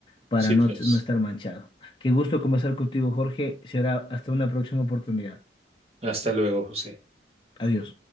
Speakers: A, on the left; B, on the right.
A: para
B: Sí,
A: no,
B: pues.
A: no estar manchado. Qué gusto conversar contigo, Jorge. Será hasta una próxima oportunidad.
B: Hasta luego, José.
A: Adiós.